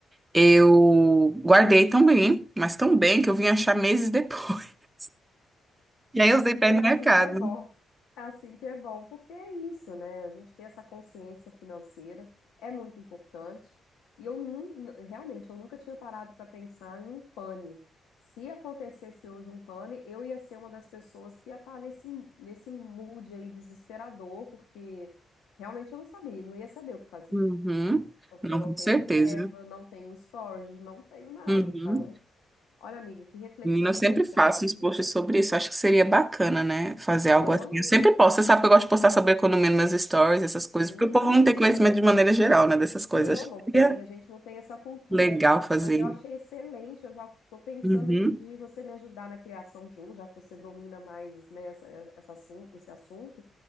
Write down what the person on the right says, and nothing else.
Eu guardei tão bem, mas tão bem que eu vim achar meses depois. <laughs> E aí eu usei pra
ir no
mercado.
Uhum.
Não,
com
certeza.
Uhum.
Menina, eu
sempre faço uns posts sobre isso. Acho que seria bacana, né? Fazer algo
assim. Eu sempre posto. Você sabe que eu gosto de postar sobre economia nos meus stories, essas
coisas, porque o povo não
tem
conhecimento de maneira geral, né? Dessas coisas.
Acho
que
seria
legal fazer.
isso.
Uhum.